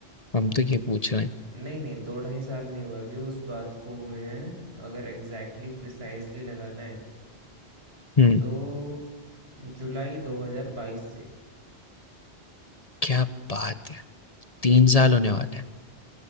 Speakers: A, on the left; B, on the right.
A: हम तो ये पूछ रहे हैं
B: नहीं नहीं दो ढाई साल नहीं हुए अभी उस बात को हुए हैं अगर एग्जैक्टली प्रिसाइजली लगाना है
A: हम्म
B: तो जुलाई 2022 से
A: क्या बात है तीन साल होने वाले हैं